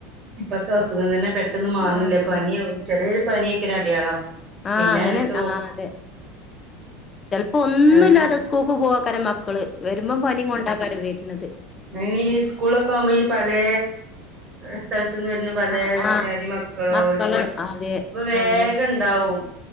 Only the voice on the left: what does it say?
ആഹ്
ആഹ്
ആഹ്
അങ്ങനെ
ആഹ് അതെ ചെൽപ്പോ ഒന്നുല്ലാതെ
സ്കൂക്ക് പോവാക്കാര മ ക്കള് വരുമ്പം പനിം കൊണ്ടാക്കാരം വര്ന്നത്.
ആഹ് ആഹ്
മക്കള്
അതെ
ആഹ് ആഹ്